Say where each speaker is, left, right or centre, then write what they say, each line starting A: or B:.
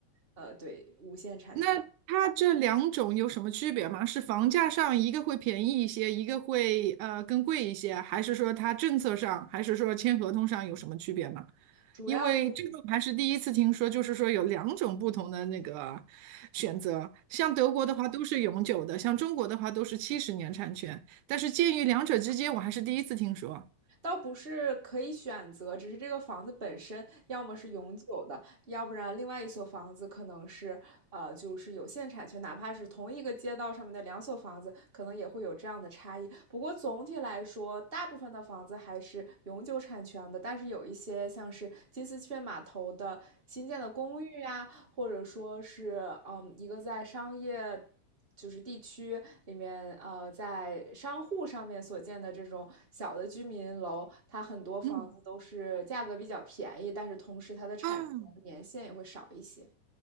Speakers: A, on the right; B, on the right.
A: 呃，对，无限产权。
B: 那它这两种有什么区别吗？是房价上一个会便宜一些，一个会呃更贵一些，还是说它政策上，还是说签合同上有什么区别吗？
A: 主要就
B: 因为这个我还是第一次听说，就是说有两种不同的那个选择。像德国的话都是永久的，像中国的话都是七十年产权，但是介于两者之间，我还是第一次听说。
A: 倒不是可以选择，只是这个房子本身要么是永久的，要不然另外一所房子可能是呃，就是有限产权，哪怕是同一个街道上面的两所房子，可能也会有这样的差异。不过总体来说，大部分的房子还是永久产权的，但是有一些像是金丝雀码头的新建的公寓呀、或者说是嗯一个在商业。就是地区里面，呃，在商户上面所建的这种小的居民楼，它很多房子都是价格比较便宜，
B: 嗯。
A: 但是同时它的产权年限也会少一些。
B: 啊。